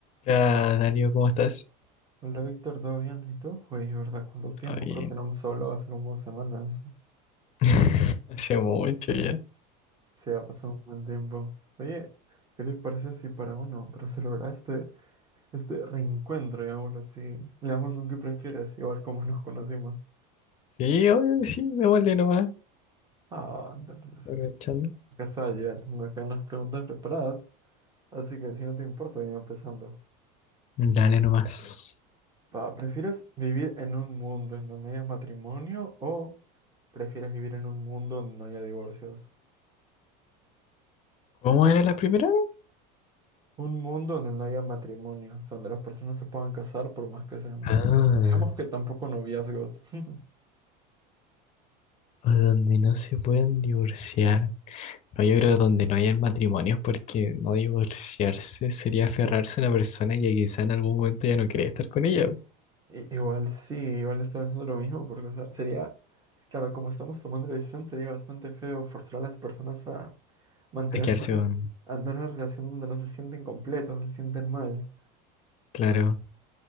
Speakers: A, on the left (about 35°); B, on the right (about 20°).
A: Hola, Darío, ¿cómo estás?
B: Hola Víctor, ¿todo bien? ¿Y tú? Oye, ¿verdad? ¿Cuánto tiempo?
A: ¿Todo bien?
B: Creo que no hemos hablado hace como dos semanas.
A: <laughs> Hace mucho ya.
B: Sí, ha pasado un buen tiempo. Oye, ¿qué te parece si para uno, para celebrar este, este reencuentro, digamos así, le damos un que prefieres, igual como nos conocimos?
A: Sí, obvio que sí, devuelve nomás.
B: Ah, entonces, este,
A: Aprovechando.
B: casual, ya tengo acá unas preguntas preparadas, así que si no te importa, voy empezando.
A: Dale nomás.
B: Va, ¿prefieres vivir en un mundo en donde haya matrimonio o prefieres vivir en un mundo donde no haya divorcios?
A: ¿Cómo era la primera?
B: Un mundo donde no haya matrimonio, o sea, donde las personas se puedan casar por más que se aman.
A: Ah,
B: Digamos que tampoco noviazgos. <laughs>
A: o donde no se pueden divorciar. No, yo creo que donde no hayan matrimonios, porque no divorciarse sería aferrarse a una persona que quizá en algún momento ya no quiere estar con ella. po.
B: I- Igual sí, igual estaba pensando lo mismo, porque o sea, sería, claro, como estamos tomando la decisión, sería bastante feo forzar a las personas a mantenerse
A: A quedarse
B: en
A: con...
B: una, a tener una relación donde no se sienten completos, no se sienten mal.
A: Claro.